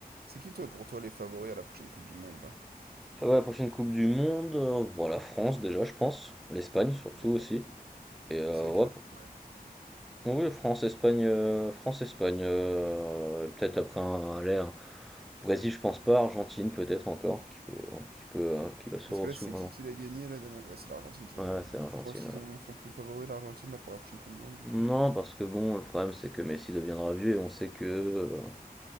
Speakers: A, on the right (about 80°); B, in the centre.
A: C'est qui, toi, pour toi, les favoris à la prochaine Coupe du Monde, là?
B: Ça va, la prochaine Coupe du Monde, euh, bon, la France déjà, je pense. L'Espagne surtout
A: Ouais.
B: aussi. Et euh,
A: C'est
B: ouais,
A: vrai que la...
B: pour-
A: Ouais, l'Espagne.
B: oui, France, Espagne, euh, France, Espagne. euh, peut-être après un, un- l'air. Brésil, je pense pas. Argentine, peut-être encore, qui peut, hein, qui peut, euh, qui va souvent.
A: Parce que là,
B: souvent-
A: c'est qui qui l'a gagné la dernière... Ouais, c'est l'Argentine qui l'a
B: Voilà,
A: gagné la
B: c'est
A: dernière.
B: Argentine.
A: Tu penses qu'ils
B: ouais.
A: ont... ils sont plus favoris, l'Argentine, là, pour la prochaine Coupe du Monde, du
B: Non,
A: coup?
B: parce que bon, le problème c'est que Messi deviendra vieux et on sait que euh,